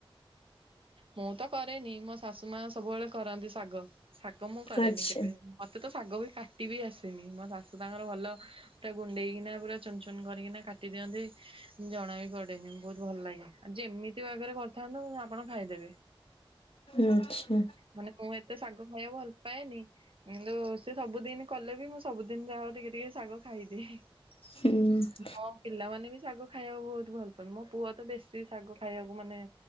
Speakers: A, on the right; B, on the left.
A: ମୁଁ ତ କରେନି ମୋ ଶାଶୁ ମା ସବୁବେଳେ କରନ୍ତି ଶାଗ। ଶାଗ ମୁଁ କରେନି
B: ଆଚ୍ଛା
A: କେବେ ମତେ ତ ଶାଗ ବି କାଟିିବି ଆସେନି। ମୋ ଶାଶୁ ତାଙ୍କର ଭଲ ସେଟା ଗୁଣ୍ଡେଇକିନା ପୁରା ଚୁନୁ ଚୁନୁ କରିକିନା କାଟି ଦିଅନ୍ତି ଜଣା ବି ପଡେନି ବହୁତ ଭଲ ଲାଗେ। ଆଉ ଯେମିତି ବାଗରେ କରିଥାନ୍ତୁ ଆପଣ ଖାଇଦେବେ।
B: ଆଛା।
A: ମାନେ ମୁଁ ଏତେ ଶାଗ ଖାଇବାକୁ ଭଲ ପାଏନି? କିନ୍ତୁ ସେ ସବୁଦିନ କଲେ ବି ମୁଁ ସବୁଦିନ ଯା ହୋଉ ଟିକେ ଟିକେ ଶାଗ ଖାଇଦିଏ।
B: ହୁଁ।
A: ମୋ ପିଲାମାନେ ବି ଶାଗ ଖାଇବାକୁ ବହୁତ ଭଲ ପାଆନ୍ତି ମୋ ପୁଅ ତ ବେଶୀ ଶାଗ ଖାଇବାକୁ ମାନେ